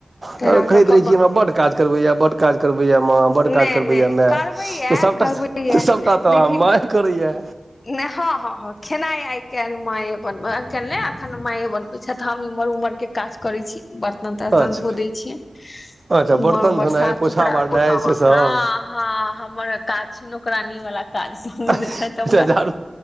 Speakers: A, on the left; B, on the right.
A: तेना
B: तऽ कहैत
A: कऽ कऽ
B: रहै कि
A: ब
B: हमरा बड्ड काज करबै या बड़ काज करबैया माँ बड़ काज
A: नहि
B: करबे
A: नहि
B: या
A: करबै
B: सभटा
A: ये करबै ये
B: सभटा तऽ
A: लेकिन
B: माय करे या
A: नहि हँ हँ हँ खेनाइ आइ काल्हि माये बनबै आइ काल्हि नहि एखन माँए बनबैत छथि हममहर उम्हरके काज करै छी बर्तन तर्तन
B: अच्छा
A: धो दै छियै
B: अच्छा
A: उमर
B: बर्तन
A: उमर
B: धोनाइ
A: साफ
B: पोछा
A: सुथरा
B: मारनाइ से सब
A: हँ हँ हमर काज नौकरानी वाल काज
B: अच्छा
A: छिथ ह
B: झाड़ू